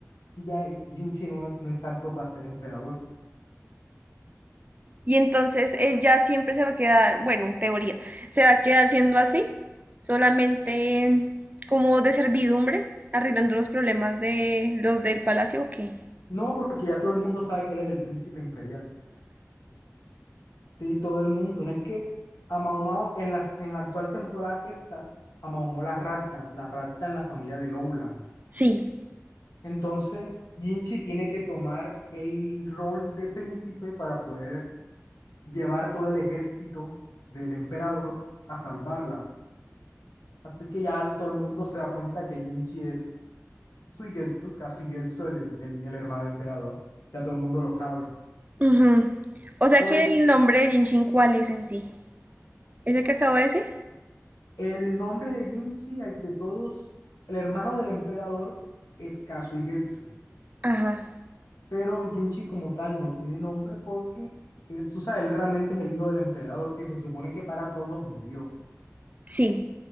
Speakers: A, on the left (about 85°); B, on the right (about 30°).
A: ya Jinchi no es, no es apto para ser emperador.
B: Y entonces él ya siempre se va a quedar, bueno, teoría, se va a quedar siendo así, solamente mm, como de servidumbre, arreglando los problemas de los del palacio, ¿o qué?
A: No, porque ya todo el mundo sabe que él es el príncipe imperial. Sí, todo el mundo. No es que a Mao Mao, en la, en la actual temporada que está, a Mao Mao la raptan, la raptan la familia de Lowland.
B: Sí.
A: Entonces, Jinchi tiene que tomar el rol de príncipe para poder llevar todo el ejército del emperador a salvarla. Así que ya todo el mundo se da cuenta que Jinchi es Suigetsu, Kasuigetsu el, el, el hermano del emperador. Ya todo el mundo lo sabe.
B: Ujú. O sea
A: Por
B: que
A: el,
B: el nombre de Genshin, ¿cuál es en sí? ¿Es el que acabo de decir?
A: el nombre de Jinchi, al que todos, el hermano del emperador es Kasuigetsu,
B: Ajá.
A: pero Jinchi como tal no tiene nombre porque él, tú sabes, él realmente es el hijo del emperador que se supone que para todos murió.
B: Sí.